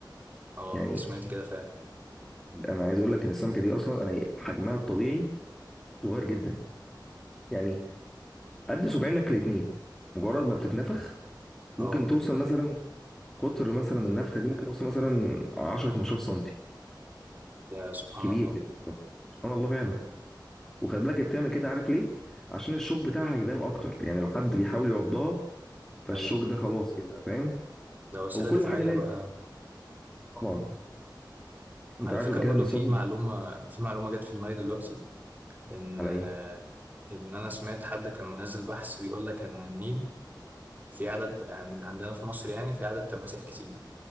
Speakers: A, on the right (about 20°); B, in the centre.
A: اه
B: يعني
A: انا سمعت كده فعلا
B: انا عايز اقول لك ان السمكه دي اصلا انا حجمها الطبيعي صغير جدا يعني قد صباعينك الاتنين مجرد ما بتتنفخ ممكن
A: اه
B: توصل مثلا قطر مثلا النفخه دي ممكن توصل مثلا 10 15 سنتي
A: يا سبحان
B: كبير
A: الله
B: بتكبر. سبحان الله فعلا وخلي بالك هي بتعمل كده عارف ليه عشان الشوك بتاعها هيبان اكتر يعني لو حد بيحاول يعضها فالشوك
A: ايوه
B: ده خلاص كده فاهم
A: ده وسيلة
B: هو كل
A: دفاعية
B: حاجه لازم
A: بقى
B: طبعا انت
A: على
B: عارف
A: فكرة
B: قبل كده
A: برضه
B: بنصطدم
A: في معلومة في معلومة جت في دماغي دلوقتي إن
B: على
A: آه،
B: ايه
A: إن أنا سمعت حد كان منزل بحث بيقول لك إن النيل في عدد عن- عندنا في مصر يعني في عدد تماسيح كتير